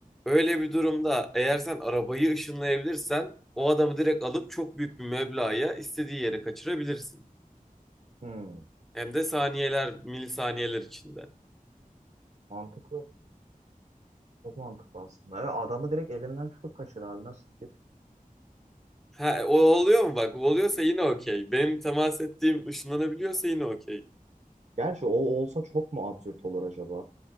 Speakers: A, in the centre; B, on the right.
A: öyle bir durumda eğer sen arabayı ışınlayabilirsen o adamı direkt alıp çok büyük bir meblağa istediği yere kaçırabilirsin.
B: Hmm,
A: Hem de saniyeler, milisaniyeler içinde.
B: mantıklı. Çok mantıklı aslında. Ya adamı direkt elinden tutup kaçır abi nasıl fikir?
A: Ha, o oluyor mu bak? O oluyorsa yine okey. Benim temas ettiğim ışınlanabiliyorsa yine okey.
B: Gerçi o olsa çok mu absürt olur acaba?